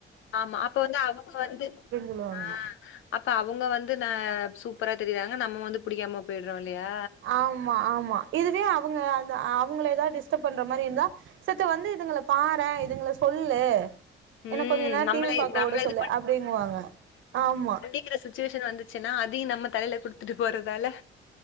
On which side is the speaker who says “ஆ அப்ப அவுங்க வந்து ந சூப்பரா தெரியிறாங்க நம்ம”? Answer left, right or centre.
Left